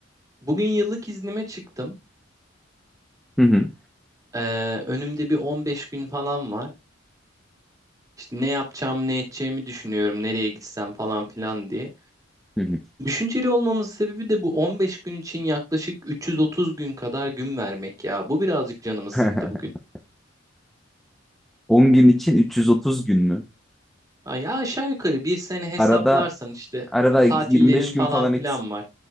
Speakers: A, on the right (about 15°); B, in the centre.
A: bugün yıllık iznime çıktım.
B: Hı hı.
A: Ee, önümde bir 15 gün falan var. İşte ne yapacağım, ne edeceğimi düşünüyorum, nereye gitsem falan filan diye.
B: Hı hı.
A: Düşünceli olmamın sebebi de bu 15 gün için yaklaşık 330 gün kadar gün vermek ya. Bu birazcık canımı sıktı
B: <laughs>
A: bugün.
B: 10 gün için 330 gün mü?
A: Ay, Ya aşağı yukarı bir sene hesaplarsan
B: Arada
A: işte
B: arada
A: tatillerin
B: 25 gün
A: falan
B: falan
A: filan
B: eksik.
A: var.